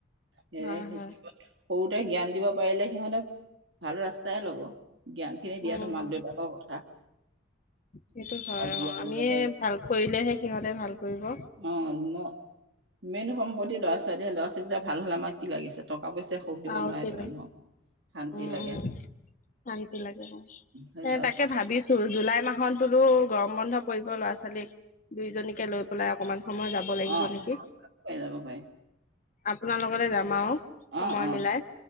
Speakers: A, on the right; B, on the left.
A: সেয়ে
B: হয় হয়
A: সৰুতে জ্ঞান দিব পাৰিলে সিহঁতে ভাল ৰাস্তাই ল'ব জ্ঞান খিনি দিয়াতো
B: উম
A: মাক
B: উম
A: দেউতাকৰ কথা।
B: সেইটো হয়
A: ভাল
B: অ
A: জ্ঞান
B: আমিয়ে
A: দিব পাৰি
B: ভাল কৰিলেহে সিহঁতে ভাল কৰিব।
A: অ ন মেইন সম্পত্তি ল'ৰা ছোৱালী ল'ৰা ছোৱালী কেইটা ভাল হ'লে আমাক কি লাগিছে টকা পইচাই সুখ দিব
B: আৰু
A: নোৱাৰেতো
B: কি লাগে
A: মানুহক শান্তি
B: উম
A: লাগে
B: উম শান্তি লাগে হয়
A: ধৰি লওক
B: তাকে ভাবিছো। জুলাই মাহততোতো গৰম বন্ধ পৰিব ল'ৰা ছোৱালীক দুইজনীকে লৈ পেলাই অকনমান সময় যাম যাব লাগিব
A: অ
B: নেকি
A: পাই যাব পাৰি
B: আপোনাৰ লগতে যাম আও সময়
A: অ অ
B: মিলাই